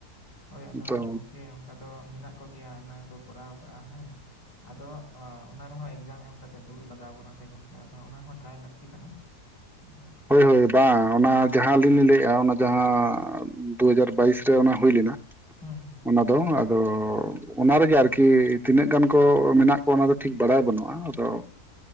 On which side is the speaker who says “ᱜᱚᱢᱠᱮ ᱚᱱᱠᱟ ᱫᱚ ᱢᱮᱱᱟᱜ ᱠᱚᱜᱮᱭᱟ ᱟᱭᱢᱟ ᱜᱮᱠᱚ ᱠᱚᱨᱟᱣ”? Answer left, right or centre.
Left